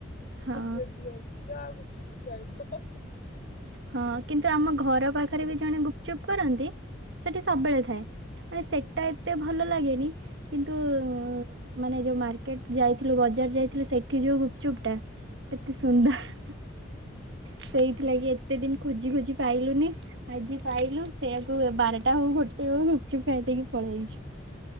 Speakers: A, on the right; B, on the left.
A: ହଁ
B: ଗୋଟେ ଝିଅ ଝିଅ ଝିଅ ଆଉ ଗୁପଚୁପ ହିଁ ଜାଣି ଥିବ।
A: ହଁ କିନ୍ତୁ ଆମ ଘର ପାଖରେ ବି ଜଣେ ଗୁପଚୁପ କରନ୍ତି ସେଠି
B: ହୁଁ
A: ସବବେଳେ ଥାଏ। ମାନେ ସେଟା ଏତେ ଭଲ ଲାଗେନି କିନ୍ତୁ
B: ହୁଁ।
A: ଉଁ ମାନେ ଯୋଉ ମାର୍କେଟ ଯାଇଥିଲୁ ବଜାର ଯାଇଥିଲୁ ସେଇଠି ଯୋଉ ଗୁପଚୁପ୍ ଟା ଏତେ ସୁନ୍ଦର
B: ହୁଁ।
A: ସେଇଥିଲାଗି ଏତେ ଦିନ ଖୋଜି ଖୋଜି ପାଇଲୁନି। ଆଜି ପାଇଲୁ ସେଇଆକୁ ବାରଟା ହଉ ଗୋଟେ ହଉ ଗୁପଚୁପ ଖାଇ ଦେଇକି ପଳେଇ ଅଇଛୁ।